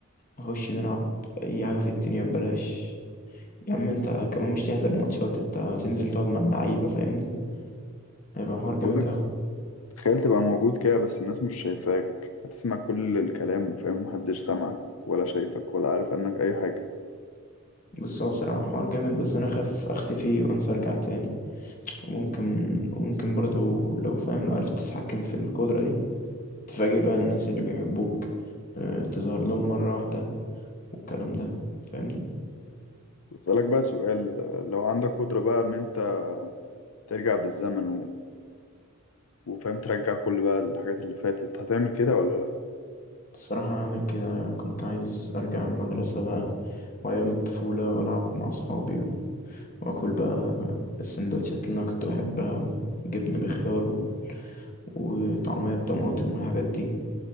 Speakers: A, on the left; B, on the left.
A: نخش نلعب اي حاجه في الدنيا ببلاش يا عم انت كمان مش تحضر ماتشات انت هتنزل تقعد مع اللعيبه فاهمني هيبقى حوار جامد
B: بقولك
A: قوي
B: تخيل تبقى موجود كده بس الناس مش شايفاك هتسمع كل الكلام فاهم محدش سامعك ولا شايفك ولا عارف عنك اي حاجة
A: بص هو بصراحه حوار جامد بس انا خاف اختفي وانسى ارجع تاني وممكن وممكن برضو لو فاهم لو عرفت تتحكم في القدره دي تفاجئ بقى الناس اللي بيحبوك اه، تظهر لهم مره واحده والكلام ده فاهمني
B: بسألك بقى سؤال لو عندك قدرة بقى ان انت ترجع بالزمن وفاهم ترجع كل بقى الحاجات اللي فاتت هتعمل كده ولا لأ
A: الصراحه هعمل كده كنت عايز ارجع المدرسه بقى وايام الطفوله والعب مع اصحابي واكل بقى السندوتشات اللي انا كنت بحبها وجبنه بخيار و... وطعميه بطماطم والحاجات دي